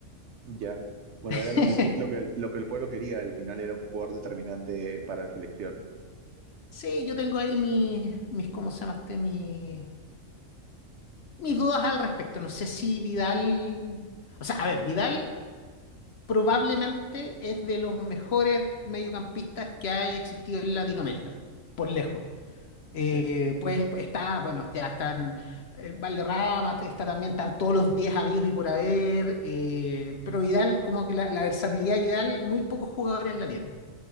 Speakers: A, on the right; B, on the left.
A: ya. Bueno,
B: <laughs>
A: era lo que el, pue- lo que, el- lo que el pueblo quería, al final era un jugador determinante para la selección.
B: Sí, yo tengo ahí mis, mis, ¿cómo se llama este? Mi mis dudas al respecto. No sé si Vidal, o sea, a ver, Vidal probablemente es de los mejores mediocampistas que ha existido en Latinoamérica, por lejos. Eh,
A: Sí,
B: pues pues, está, bueno, ya están eh, Valderrama, está también, están todos los 10 habidos y por haber, eh, pero Vidal, como que la, la versatilidad de Vidal, muy pocos jugadores la tienen.